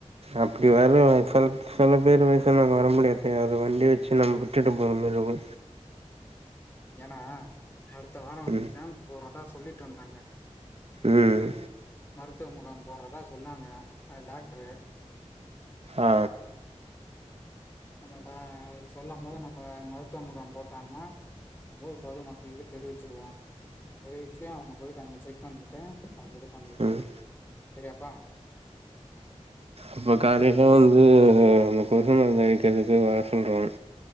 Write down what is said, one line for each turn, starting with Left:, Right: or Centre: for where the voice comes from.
Right: அப்டி <unintelligible> சில பேர் வயசனவங்க வர முடியாது அது வண்டி வச்சு நம்ம விட்டுட்டு போற மாறி இருக்கு
Left: ஏன்னா அடுத்த வார வந்து
Right: ம்
Left: கேம்ப் போடுறதா சொல்லிட்டு இருந்தாங்க
Right: ம்
Left: மருத்துவ முகாம் போடுறதா சொன்னாங்க டாக்ட்ரு
Right: ஆ
Left: நம்மட்ட சொல்லும் போது நம்ம மருத்துவ முகாம் போட்டாங்னா ஊர் பொது மக்களுக்கு தெரிவிச்சிருவோ தெரிவிச்சு அவங்க போய்ட்டு அங்க செக் பண்ணிட்டு அவங்க இது பண்ணிக்கிட்டு
Right: ம்
Left: சரியாப்பா
Right: இப்போ காலைல
Left: சே
Right: வந்து அந்த கொசு மருந்து அடிக்கிறதுக்கு வர சொல்றாங்க